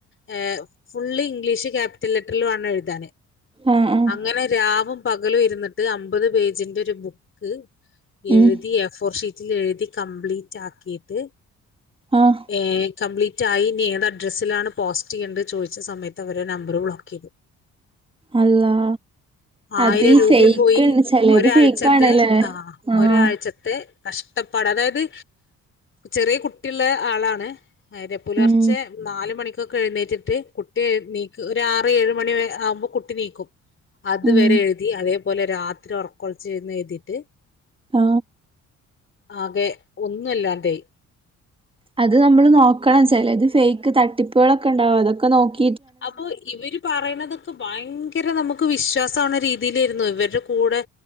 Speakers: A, on the left; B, on the right.
A: ഏ ഫുൾ ഇംഗ്ലീഷ് ക്യാപിറ്റൽ ലെറ്ററിൽ വേണം എഴുതാൻ
B: ആഹ് ആഹ്
A: അങ്ങനെ രാവും പകലും ഇരുന്നിട്ട് അമ്പത് പേജിന്റെ ഒരു ബുക്ക് എഴുതി
B: ഉം
A: എ ഫോർ ഷീറ്റ് എഴുതി കംപ്ലീറ്റ് ആക്കിട്ട്
B: ആഹ്
A: ഏ കംപ്ലീറ്റ് ആയി ഇനി ഏത് അഡ്രസ്സിലാണ് പോസ്റ്റ് ചെയ്യേണ്ടത് ചോദിച്ച സമയത്ത് അവര് നമ്പർ ബ്ലോക്ക് ചെയ്തു
B: അള്ളാ
A: ആയിരം
B: അത് ഈ
A: രൂപയും
B: ഫേക്ക്ണ്ട്
A: പോയി
B: ചെലേത്
A: ഒരാഴ്ചത്തെ
B: ഫേക്കാണ്ല്ലേ
A: ആ
B: ആഹ്
A: ഒരാഴ്ചത്തെ കഷ്ടപ്പാട് അതായത് ചെറിയ കുട്ടിയുള്ള ആളാണ് പുലർച്ചെ
B: ഉം
A: നാല് മണിക്കൊക്കെ എഴുന്നേറ്റ് കുട്ടി നീക്ക ഒരു ആറ് ഏഴ് മണി ആവുമ്പോ കുട്ടി നീക്കും അതുവരെ
B: ഉം
A: എഴുതി അതേപോലെ രാത്രി ഉറക്കം ഉളച്ചിരുന്ന് എഴുതിയിട്ട്
B: ആ
A: ആകെ ഒന്നുമല്ലാതായ്
B: അത് നമ്മള് നോക്കണം ചിലത് ഫേക്ക് തട്ടിപ്പുകളൊക്കെ ഉണ്ടാവും അതൊക്കെ നോക്കി
A: അപ്പൊ ഇവര് പറയണ അതൊക്കെ ഭയങ്കര നമുക്ക് വിശ്വാസാവണ രീതിയിലായിരുന്നു ഇവരുടെ കൂടെ